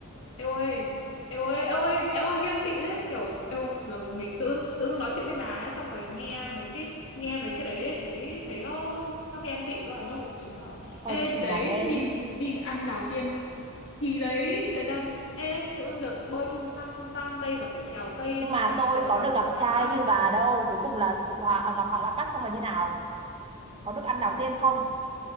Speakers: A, on the left; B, on the right.
A: em ơi, em ơi, em ơi, em ơi ghen tị đấy, kiểu em ơi, thật là bực mình tự dưng- tự dưng nói chuyện với bà ấy, xong rồi nghe mấy cái nghe mấy cái đấy ấy, thấy thấy nó nó ghen tị quá, nó bực mình quá. à.
B: có
A: Ê,
B: gì
A: đấy
B: mà ghen
A: đi đi ăn đào tiên thì đấy người ta ê tự dưng được bơi tung tăng tung tăng đây còn phải trèo cây
B: nhưng
A: lên
B: mà
A: trên
B: tôi
A: trời
B: có được
A: xong
B: gặp
A: rồi là
B: trai như bà đâu cuối cùng là phụ hoàng à, Ngọc Hoàng Ngoại Bắc xong là như nào có được ăn đào tiên không